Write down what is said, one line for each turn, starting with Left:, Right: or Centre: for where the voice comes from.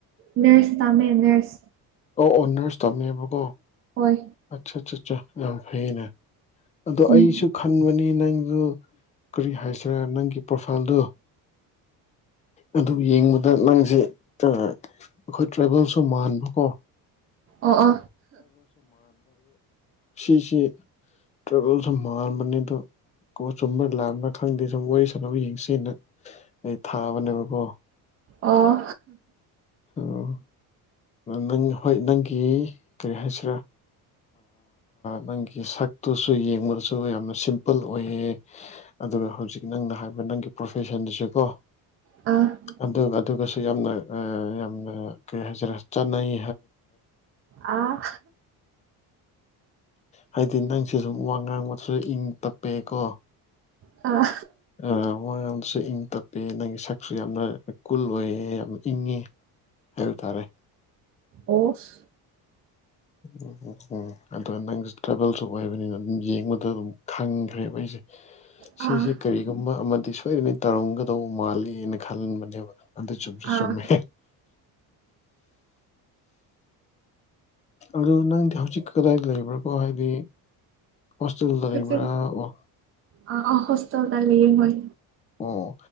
Right: ꯅꯔꯁ ꯇꯥꯃꯦ ꯅꯔꯁ
Left: ꯑꯣ ꯑꯣꯅꯔꯁ ꯇꯝꯃꯦꯕꯀꯣ
Right: ꯍꯣꯏ
Left: ꯑꯠꯆꯥ ꯑꯠꯆꯥ ꯑꯠ ꯌꯥꯝ ꯐꯩꯌꯦꯅ ꯑꯗꯣ
Right: ꯎꯝ
Left: ꯑꯩꯁꯨ ꯈꯟꯕꯅꯤ ꯅꯪ ꯑꯗꯨ ꯀꯔꯤ ꯍꯥꯏꯁꯤꯔꯥ ꯅꯪꯒꯤ ꯄ꯭ꯔꯣꯐꯥꯏꯜꯗꯨ ꯑꯗꯨ ꯌꯦꯡꯕꯗ ꯅꯪꯁꯦ ꯑꯩꯈꯣꯏ ꯇ꯭ꯔꯥꯏꯕꯦꯜꯁꯨ ꯃꯥꯟꯕꯀꯣ
Right: ꯑ ꯑ
Left: ꯁꯤ ꯁꯤ ꯇ꯭ꯔꯕꯦꯜꯁꯃꯥꯟꯕꯅꯤꯗ ꯀꯣ ꯆꯨꯝꯕ ꯂꯥꯛꯑ꯭ꯔꯥ ꯈꯪꯗꯦ ꯁꯨꯝ ꯋꯥꯔꯤ ꯁꯥꯟꯅꯕ ꯌꯦꯡꯁꯤꯅ ꯑꯩ ꯊꯥꯕꯅꯦꯕꯀꯣ
Right: ꯑꯣ
Left: ꯑꯣ ꯅꯪ ꯍꯣꯏ ꯅꯪꯒꯤ ꯀꯔꯤ ꯍꯥꯏꯁꯤꯔꯥ ꯅꯪꯒꯤ ꯁꯛꯇꯨꯁꯨ ꯌꯦꯡꯕꯗꯁꯨ ꯌꯥꯝꯅ ꯁꯤꯝꯄꯜ ꯑꯣꯏꯌꯦ ꯑꯗꯨꯒ ꯍꯧꯖꯤꯛ ꯅꯪꯅ ꯍꯥꯏꯕ ꯅꯪꯒꯤ ꯄ꯭ꯔꯣꯐꯦꯁꯟꯗꯁꯨꯀꯣ
Right: ꯑꯥ
Left: ꯑꯗꯨꯒ ꯑꯗꯨꯒꯁꯨ ꯌꯥꯝꯅ ꯌꯥꯝꯅ ꯀꯩ ꯍꯥꯏꯖꯔꯦ ꯆꯠꯅꯩ
Right: ꯑ
Left: ꯍꯥꯏꯗꯤ ꯅꯪꯁꯦ ꯁꯨꯝ ꯋꯥ ꯉꯥꯡꯕꯗꯨꯁꯨ ꯏꯪ ꯇꯞꯄꯀꯣ
Right: ꯑꯥ
Left: ꯑ ꯍꯣꯏ ꯨ ꯏꯪ ꯇꯞꯄ ꯅꯪꯒꯤ ꯁꯛꯁꯨ ꯌꯥꯝꯅ ꯀꯨꯜ ꯑꯣꯏꯌꯦ ꯌꯥꯝ ꯏꯪꯉꯦ ꯍꯥꯏꯕꯇꯥꯔꯦ
Right: ꯑꯣꯐ
Left: ꯎꯝ ꯎꯝ ꯎꯝ ꯑꯗꯨꯒ ꯅꯪꯁꯨ ꯇ꯭ꯔꯥꯚꯦꯜꯁꯨ ꯑꯣꯏꯕꯅꯤꯅ ꯑꯗꯨꯝ ꯌꯦꯡꯕꯗ ꯑꯗꯨꯝ ꯈꯪꯈ꯭ꯔꯦꯕ ꯑꯩꯁꯦ
Right: ꯑꯥ
Left: ꯁꯤꯁꯦ ꯀꯔꯤꯒꯨꯝꯕ ꯑꯃꯗꯤ ꯁꯣꯏꯗꯅ ꯇꯧꯔꯝꯒꯗꯧꯕ ꯃꯥꯜꯂꯤꯅ ꯈꯟꯕꯅꯦꯕ ꯑꯗꯨꯗ ꯆꯨꯝꯁꯨ
Right: ꯑꯥ
Left: ꯆꯨꯝꯃꯦ ꯑꯗꯨ ꯅꯪꯗꯤ ꯍꯧꯖꯤꯛ ꯀꯗꯥꯏꯗ ꯂꯩꯕ꯭ꯔꯥꯀꯣ ꯍꯥꯏꯗꯤ ꯍꯣꯇꯦꯜꯗ
Right: ꯍꯧꯖꯤꯛ
Left: ꯂꯩꯕ꯭ꯔ ꯑꯣ
Right: ꯑꯥ ꯑꯥ ꯍꯣꯁꯇꯦꯜꯗ ꯂꯩꯌꯦ ꯍꯣꯏ
Left: ꯑꯣ